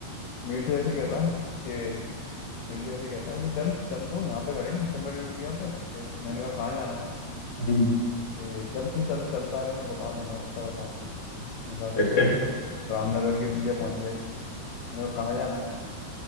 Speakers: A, on the left; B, on the left.
A: मेरे से ऐसे कहता है कि मेरे जैसे कहता है कि चल चल तो यहाँ पे खड़े हैं हम शंकर जी पुलिया पे कि मैंने कहा कहाँ जाना है
B: था <laughs>
A: कि चल तू चल चलता रहे मैं बता दूंगा रास्ता बता दूंगा मैंने कहा अच्छा
B: हम्म
A: रामनगर की पुलिया पहुंच गए मैंने कहा कहाँ जाना है